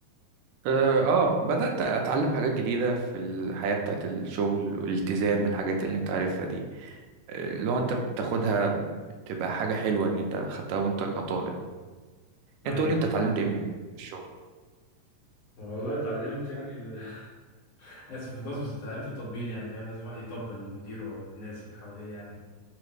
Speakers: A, on the right (about 80°); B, on the left (about 60°).
A: اه آه، بدأت اتعلم حاجات جديدة في الحياة بتاعت الشغل والالتزام الحاجات اللي انت عارفها دي آه، لو انت بتاخدها بتبقى حاجة حلوة ان انت خدتها وانت كطالب
B: ايوه
A: انت قولي انت اتعلمت ايه من الشغل
B: والله اتعلمت يعني ال- <laughs> اسف في اللفظ بس اتعلمت التطبيل يعني فاهم لازم واحد يطبل لمديره او الناس اللي حواليه يعني